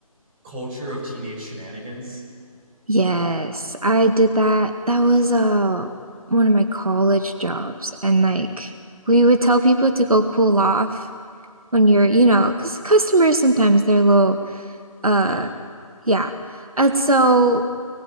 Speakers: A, on the right; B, on the right.
A: culture of teenage shenanigans
B: Yes, I did that. That was uh one of my college jobs and like we would tell people to go cool off when you're, you know, know, because customers sometimes they're a little uh
A: yeah
B: yeah. And so